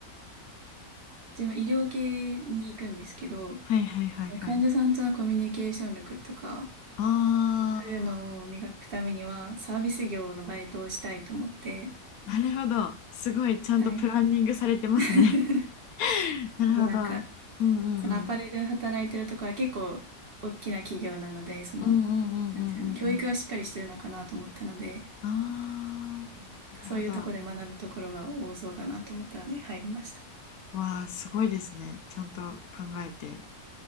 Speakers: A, on the right; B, on the left.
A: 自分医療系に行くんですけど、
B: はいはいはいはい。
A: その患者さんとのコミュニケーション力とか、
B: あ
A: そういうのを磨くためにはサービス業のバイトをしたいと思って、
B: ー、なるほど。すごい、ちゃんとプランニングされてますね。
A: はい。<laughs>
B: <laughs> なるほど。
A: でもなんか、
B: うんうんうん。
A: そのアパレル働いてるとこは結構大きな企業なので、その、
B: うんうんうんうんうんう
A: なんていうの、教育がしっかりしてるのかなと思ったので、
B: ん。ああなるほど。
A: うんなんかそういうとこで学ぶところが多そうだなと思ったので入りました。
B: わあ、すごいですね。ちゃんと考えて。